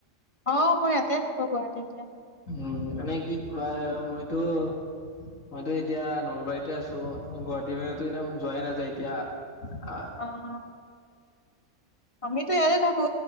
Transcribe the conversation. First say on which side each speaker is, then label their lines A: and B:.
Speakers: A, on the left; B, on the left.
A: অ মই ইয়াতে থাকো গুৱাহাটীতে
B: উম মানে কি কিবা মইটো মইতো এতিয়া নলবাৰীতে আছো গুৱাহাটিতে এনে যোৱাই নাযায় এতিয়া আ
A: অ আমিতো ইয়াতে থাকো